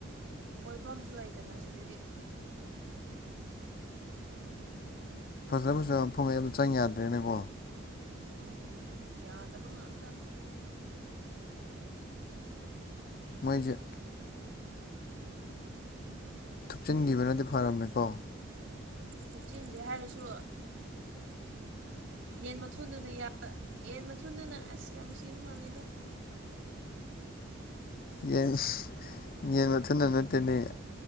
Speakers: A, on the right; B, on the left.
A: ꯈꯣꯏꯐꯝꯁꯨ ꯂꯩꯗꯅ ꯁꯤꯗꯗꯤ
B: ꯐꯖ ꯐꯖ ꯃꯐꯝ ꯃ ꯆꯪ ꯌꯥꯗ꯭ꯔꯦꯅꯀꯣ
A: ꯎꯝ ꯌꯥꯗꯕ ꯉꯥꯛꯇ
B: ꯃꯣꯏꯖꯦ ꯊꯨꯞꯆꯤꯟꯈꯤꯕꯅꯗꯤ ꯐꯔꯝꯃꯦꯀꯣ
A: ꯐꯤꯞꯇꯤꯟꯁꯦ ꯍꯥꯏꯔꯁꯨ ꯌꯦꯟ ꯃꯊꯨꯣꯟꯗꯨꯅ ꯌꯦꯟ ꯃꯊꯨꯗꯨꯅ ꯑꯁ ꯌꯥꯝ ꯅꯨꯡꯁꯤꯕ ꯃꯥꯜꯂꯤꯗ <inaudible>
B: ꯌꯦ ꯌꯦꯟ ꯃꯊꯕ ꯅꯠꯇꯦꯅꯦ